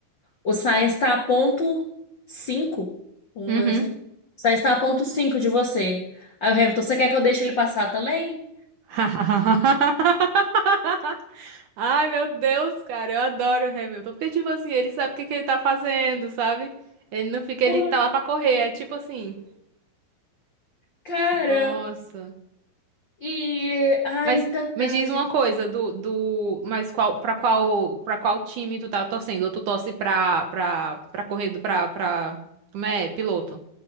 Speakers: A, on the left; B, on the right.
A: o Sainz está a ponto 5 vamos
B: Uhum.
A: dizer assim. O Sainz está a ponto 5 de você. Aí o Hamilton, você quer que eu deixe ele passar também?
B: <laughs> Ai, meu Deus, cara, eu adoro o Hamilton. Porque, tipo assim, ele sabe o que que ele tá fazendo, sabe? Ele não fica,
A: Porra,
B: ele tá lá pra correr. É tipo assim,
A: Cara,
B: nossa.
A: e ai,
B: Mas
A: tá
B: me
A: trágico.
B: diz uma coisa, do, do, mas qual, pra qual, pra qual time tu tá torcendo? Ou tu torce pra, pra, pra correr, do- pra, pra, como é? Piloto.